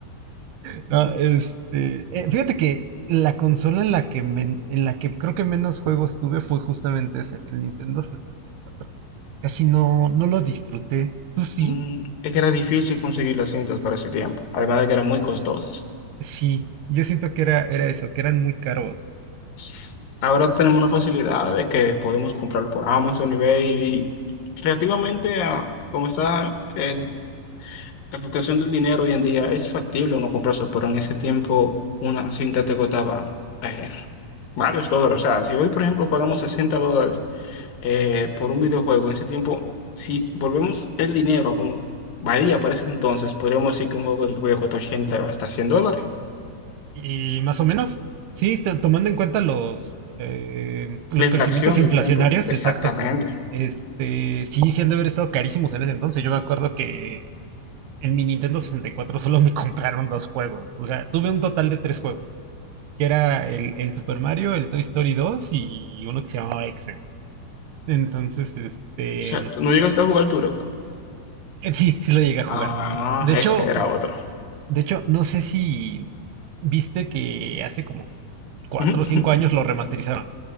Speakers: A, on the right; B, on the left.
A: No, este, eh, fíjate que la consola en la que men- en la que creo que menos juegos tuve fue justamente ese, en el Nintendo 64. Casi no, no lo disfruté. ¿Tú sí?
B: Mm, es que era difícil conseguir las cintas para ese tiempo, además de que eran muy costosas.
A: Sí, yo siento que era, era eso, que eran muy caros.
B: S- Ahora tenemos una facilidad de que podemos comprarlo por Amazon, eBay y relativamente a cómo está el- la fluctuación del dinero hoy en día, es factible uno comprarse, pero en ese tiempo una cinta te costaba eh, varios dólares. O sea, si hoy, por ejemplo, pagamos sesenta dólares. eh, por un videojuego en ese tiempo, si volvemos el dinero como valía para ese entonces, podríamos decir que un juego de videojuego cuesta 80 o hasta 100 dólares.
A: Y más o menos, sí, to- tomando en cuenta los, eh, los
B: La inflación
A: crecimientos inflacionarios,
B: del tiempo, exactamente.
A: exacto.
B: O
A: Este, sí, sí han de haber estado carísimos en ese entonces. Yo me acuerdo que en mi Nintendo 64 solo me <laughs> compraron dos juegos. O sea, tuve un total de tres juegos, que era el, el Super Mario, el Toy Story 2 y uno que se llamaba Exen. Entonces, este,
B: sea, ¿tú no llegaste a jugar Turok.
A: eh, sí, sí lo llegué a jugar.
B: Ah,
A: De hecho,
B: ese era otro.
A: de hecho, no sé si viste que hace como cuatro
B: Ujú,
A: o cinco
B: ujú.
A: años lo remasterizaron.